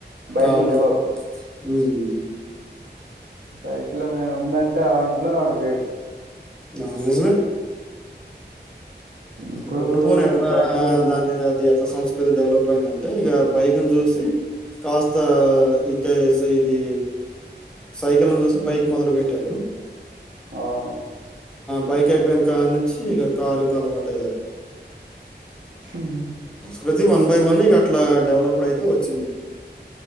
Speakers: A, on the right; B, in the centre.
A: బైకులు
B: అవును
A: లేవు అప్పుడు
B: ఉమ్మ్
A: సైకిల్ ఏమన్నా ఉందంటే ఆ ఇంట్లో ఆడు గ్రేట్
B: ఆ నిజమే
A: ఇప్పుడు
B: పోను పోను ఎట్లా
A: బైకులు
B: దాన్ని అది ఎట్లా సంస్క కృతి డెవలప్ అయిందంటే ఇక బైకను చూసి కాస్త ఇకా ఇది సైకిల్‌ను చూసి బైక్ మొదలు పెట్టారు
A: అవును
B: బైక్ అయిపోయిన కాడినుంచి ఇగ కారుకు అలవాటు అయ్యారు
A: ఉమ్మ్
B: ప్రతి వన్ బై వన్ ఇక అట్లా డెవలప్డ్ అయితు వచ్చింది